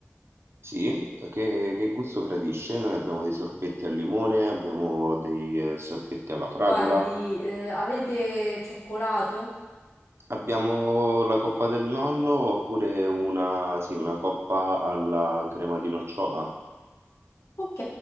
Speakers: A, on the right (about 60°); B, on the left (about 85°).
A: Sì, che, che gusto gradisce? Noi abbiamo dei sorbetti al limone, abbiamo dei eh, sorbetti alla fragola,
B: Guardi, eh, avete cioccolato?
A: abbiamo la coppa del nonno oppure una, sì, una coppa alla crema di nocciola,
B: Ok,